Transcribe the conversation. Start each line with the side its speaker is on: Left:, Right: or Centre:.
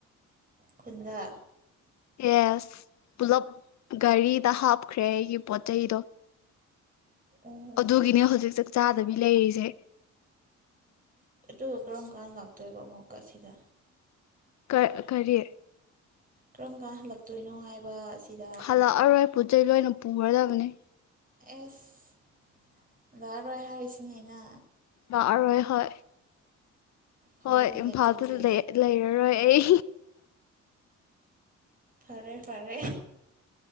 Right: ꯈꯨꯟꯗ
Left: ꯌꯦꯁ ꯄꯨꯂꯞ ꯒꯥꯔꯤꯗ ꯍꯥꯞꯈ꯭ꯔꯦ ꯑꯩꯒꯤ ꯄꯣꯠ ꯆꯩꯗꯣ
Right: ꯑꯣ
Left: ꯑꯗꯨꯒꯤꯅꯦ ꯍꯧꯖꯤꯛ ꯆꯥꯛ ꯆꯥꯗꯕꯤ ꯂꯩꯔꯤꯁꯦ
Right: ꯑꯗꯨꯒ ꯀꯔꯝ ꯀꯥꯟꯗ ꯂꯥꯛꯇꯣꯏꯕ ꯑꯃꯨꯛꯀ ꯑꯁꯤꯗ
Left: ꯀ ꯀꯔꯤ
Right: ꯀꯔꯝ ꯀꯥꯟ ꯍꯜꯂꯛꯇꯣꯏꯅꯣ ꯍꯥꯏꯕ ꯑꯁꯤꯗ
Left: ꯍꯜꯂꯛꯑꯔꯣꯏ ꯑꯩ ꯄꯨ ꯆꯩꯩ ꯂꯣꯏꯅ ꯄꯨꯍꯔꯗꯕꯅꯦ
Right: ꯑꯦꯁ ꯂꯥꯛꯑꯔꯣꯏ ꯍꯥꯏꯔꯤꯁꯤꯅꯦꯅ
Left: ꯂꯥꯛꯔꯣꯏ ꯍꯣꯏ
Right: ꯐꯔꯦꯅꯦ
Left: ꯍꯣꯏ ꯏꯝꯐꯥꯜꯗ
Right: ꯑꯗꯨꯗꯤ
Left: ꯂꯩ ꯂꯩꯔꯔꯣꯏ ꯑꯩ
Right: ꯐꯔꯦ ꯐꯔꯦ